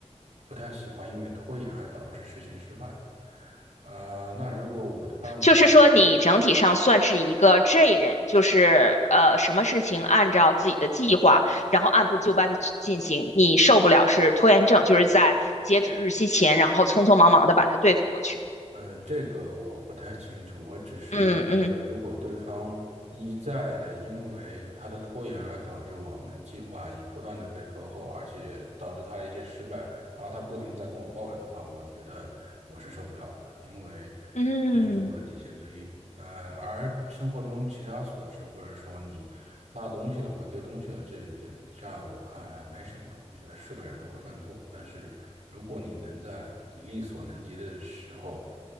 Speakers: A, on the right; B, on the left.
A: 不太喜欢因为拖延而导致事情失败吧。呃，那如果我的伴侣
B: 就是说，你整体上算是一个 J 人，就是呃，什么事情按照自己的计划，然后按部就班的去进行。你受不了是拖延症，就是在截止日期前，然后匆匆忙忙的把它对付过去。
A: 呃，这个我不太清楚，我只是觉得，
B: 嗯嗯
A: 如果对方一再的因为他的拖延而导致我们计划已不断的被拖后，而且导致他的一些失败，然后他不停地在跟我抱怨的话，我觉得我是受不了的，因为
B: 嗯。
A: 这就是我的底线之一。呃，而生活中其他琐事，或者说你落东西了或者丢东西了这一点，在我看来没什么。我觉得是个人都会犯错，但是如果你能在你力所能及的时候，